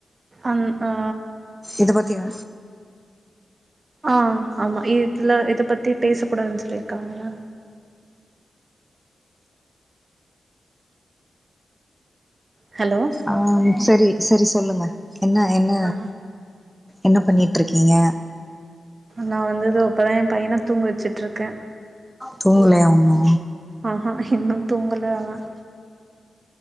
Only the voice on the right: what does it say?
அந் ஆ
ஆ ஆமா இதுல இத பத்தி பேச கூடாதுன்னு சொல்லிருக்காங்களா ஹலோ
ஆ
நா வந்து இதோ இப்பதா என் பையன தூங்க வச்சுட்டு இருக்கே
ஆ ஹா இன்னு தூங்கல அவன்